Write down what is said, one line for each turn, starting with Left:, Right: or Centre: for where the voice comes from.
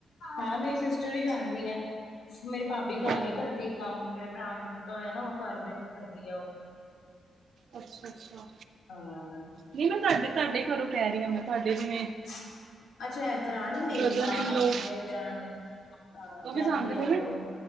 Left: ਹਾਂ ਮੇਰੀ ਸਿਸਟਰ ਵੀ ਜਾਂਦੀ ਹੈ, ਮੇਰੇ ਭਾਬੀ ਘਰ
Right: ਹੂੰ,
Left: ਹੀ ਕਰਦੀ ਹੈ, ਕੰਮ ਮੇਰੇ ਭਰਾ ਨੇ ਤਾਂ ਨਾ ਉਹ, ਘਰ ਬੈਠ ਕਰਦੀ ਆ ਉਹ।
Right: ਅੱਛਾ -ਅੱਛਾ।
Left: ਹਾਂ <inaudible>
Right: ਨਹੀਂ ਮੈਂ ਤੁਹਾਡੇ- ਤੁਹਾਡੇ ਘਰੋਂ ਕਹਿ ਰਹੀ ਹਾਂ ਮੈਂ ਤੁਹਾਡੇ ਜਿਵੇਂ
Left: ਹ <inaudible> ਅੱਛਾ ਦਰਾਣੀ ਮੇਰੀ
Right: ਬ੍ਰਦਰ
Left: ਹਾਂ,
Right: ਇਨ
Left: ਹਾਂਜੀ
Right: ਲੋ
Left: ਮੇਰੀ ਦਰਾਣੀ ਹਾਂ,
Right: ਉਹ
Left: ਜਾਂਦੀ
Right: ਵੀ ਜਾਂਦੇ
Left: ਆ
Right: ਨੇ
Left: ਉਹ
Right: ਨਾ
Left: ਵੀ ਉਹ ਵੀ